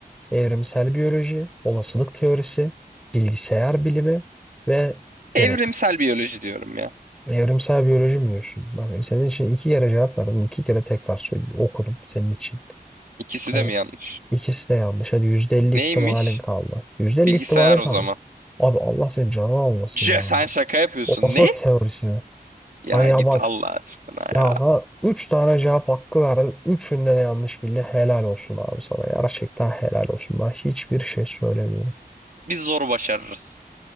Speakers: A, in the centre; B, on the right.
A: evrimsel biyoloji, olasılık teorisi, bilgisayar bilimi ve genetik.
B: Evrimsel biyoloji diyorum ya.
A: Evrimsel biyoloji mi diyorsun? Bak senin için iki kere cevap verdim. iki kere tekrar söyleyeyim. Okudum senin için.
B: İkisi
A: Hani
B: de mi yanlış?
A: ikisi de yanlış. Hadi yüzde elli
B: Neymiş?
A: ihtimalin kaldı. Yüzde elli
B: Bilgisayar
A: ihtimalin
B: o
A: kaldı.
B: zaman.
A: Abi Allah senin canını almasın
B: C
A: ya.
B: sen şaka yapıyorsun.
A: Olasılık
B: Ne?
A: teorisi Hani
B: Ya
A: ya
B: git
A: bak
B: Allah aşkına
A: ya
B: ya.
A: sana üç tane cevap hakkı verdim. Üçünde de yanlış bildi. Helal olsun abi sana. Gerçekten helal olsun. Ben hiçbir şey söylemiyorum.
B: Biz zor başarırız.